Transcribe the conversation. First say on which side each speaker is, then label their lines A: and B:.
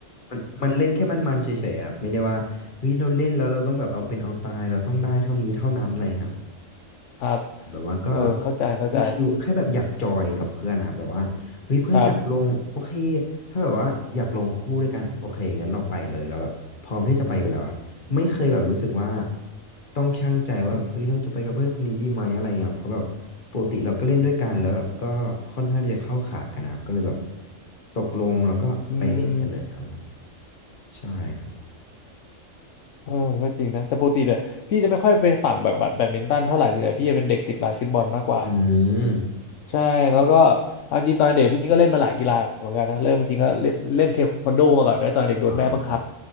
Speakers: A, on the left; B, on the left.
A: มันมันเล่นแค่มันๆเฉยๆครับไม่ได้ว่าเฮ้ยเราเล่นแล้วเราต้องแบบเอาเป็นเอาตายเราต้องได้เท่านี้เท่านั้นอะไรครับ
B: ครับ
A: แบบว่าก็
B: เออเข้าใจเข้าใจ
A: ชิวๆแค่แบบอยากจอยกับเพื่อนอะแบบว่าเฮ้ยเพื่อนอยากลงโอเค
B: ครับ
A: ถ้าแบบว่าอยากลงคู่ด้วยกันโอเคงั้นเราไปเลยเราแบบพร้อมที่จะไปอยู่แล้วครับไม่เคยแบบรู้สึกว่าต้องชั่งใจว่าเฮ้ยเราจะไปกับเพื่อนคนนี้ดีไหมอะไรเงี้ยเพราะแบบปกติเราก็เล่นด้วยกันแล้วแบบก็ค่อนข้างที่จะเข้าขากันนะครับก็เลยแบบตกลงแล้วก็ไปเล่นกันเลยครับผม
B: อืม
A: ใช่ครับ
B: เออก็จริงนะแต่ปกติเนี่ยพี่จะไม่ค่อยไปฝั่งแบบแบดแบดมินตันเท่าไหร่ส่วนใหญ่พี่จะเป็นเด็กติดบาสเกตบอลมากกว่า
A: อืม
B: ใช่แล้วก็เอาจริงตอนเด็กพี่ก็เล่นมาหลายกีฬาเหมือนกันนะเริ่มจริงๆก็เล่นเล่นเทควันโดมาก่อนด้วยตอนเด็กโดนแม่บังคับ
A: อ่า